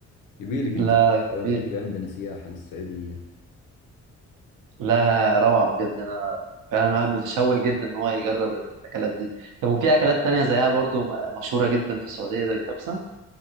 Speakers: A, on the left; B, on the right.
A: يبيلك تجربها
B: لا
A: يوم
B: جميل
A: تيجي عندنا سياحة للسعودية
B: لا روعه بجد انا فعلا واحد متشوق جدا ان هو يجرب الاكلات دي طب وفي اكلات تانية زيها برضو م- مشهوره جدا في السعوديه زي الكبسه